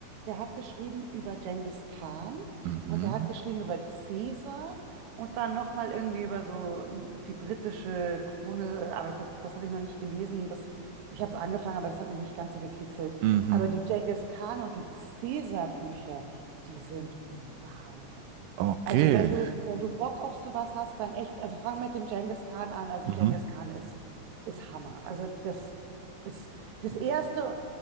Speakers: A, on the right; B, on the right.
A: der hat geschrieben über Genghis Khan
B: Mhm.
A: und der hat geschrieben über Caesar und dann nochmal irgendwie über so die britische Krone, aber ich hab, das habe ich noch nicht gelesen. Das, ich habe es angefangen, aber das hat mich nicht ganz so gekitzelt.
B: Mhm.
A: Aber die Genghis Khan und die Caesar-Bücher, die sind Wahnsinn.
B: Okay.
A: Also wenn du, wenn du Bock auf sowas hast, dann echt, also fang mit dem Genghis Khan an. Also
B: Mhm.
A: Genghis Khan ist, ist Hammer. Also das ist das erste,